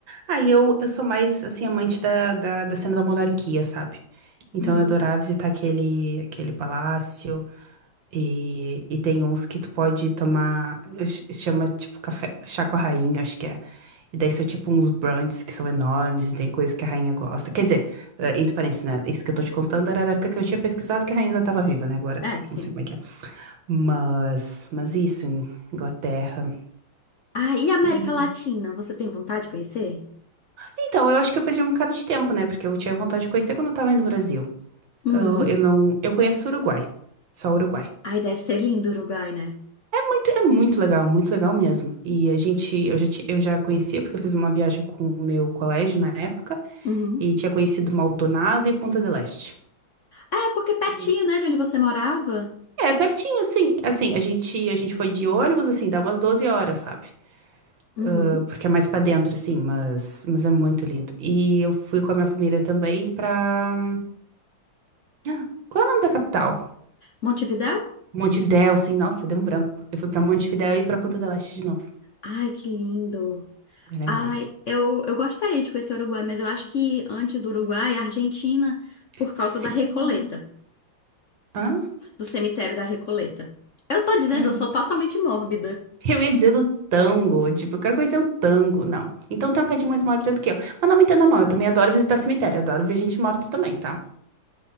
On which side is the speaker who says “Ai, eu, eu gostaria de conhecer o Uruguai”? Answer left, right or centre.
Left